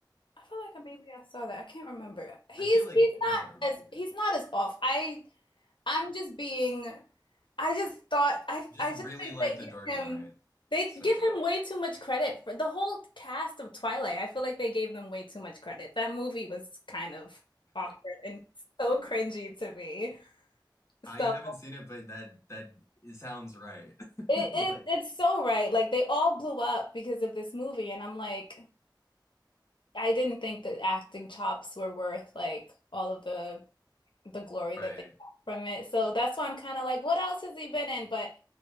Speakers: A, on the left; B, on the left.
A: I feel like maybe I saw that. I can't remember. He's
B: I feel like
A: he's
B: kind
A: not
B: of everybody
A: as
B: did.
A: he's not as off. I I'm just being. I just thought I
B: Just
A: I
B: really
A: just think
B: like
A: they
B: The
A: give
B: Dark Knight.
A: him they
B: So
A: give him way too much credit for the whole cast of Twilight. I feel like they gave them way too much credit. That movie was kind of awkward and so cringy to me.
B: I
A: So.
B: haven't seen it, but that that it sounds right. <laughs>
A: It,
B: Like,
A: it it's so right. Like they all blew up because of this movie, and I'm like, I didn't think that acting chops were worth like all of the the glory
B: right.
A: that they got from it. So that's why I'm kind of like, what else has he been in? But